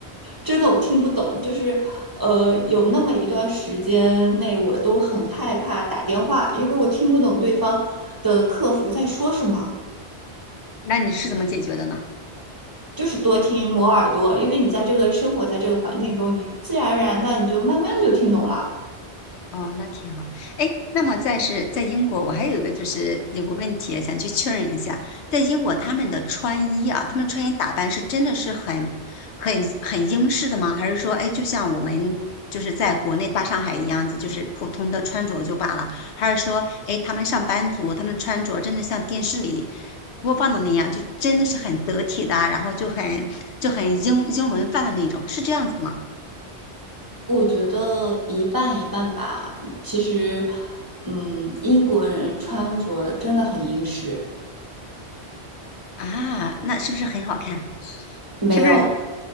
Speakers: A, on the right (about 20°); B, on the left (about 80°).
A: 真的我听不懂，就是。呃，有那么一段时间内，我都很害怕打电话，因为我听不懂对方的客服在说什么。
B: 那你是怎么解决的呢？
A: 就是多听磨耳朵，因为你在这个生活在这个环境中，你自然而然的你就慢慢的就听懂了。
B: 哦，那挺好。哎，那么再是在英国，我还有一个就是有个问题啊想去确认一下，在英国他们的穿衣啊，他们穿衣打扮是真的是很、很、很英式的吗？还是说，哎，就像我们就是在国内大上海一样子，就是普通的穿着就罢了？还是说，哎，他们上班族他们穿着真的像电视里播放的那样，就真的是很得体的啊然后就很就很英英伦范的那种，是这样子的吗？
A: 我觉得一半一半吧。其实，嗯，英国人穿着真的很英式，
B: 啊，那是不是很好看？
A: 没有
B: 是不是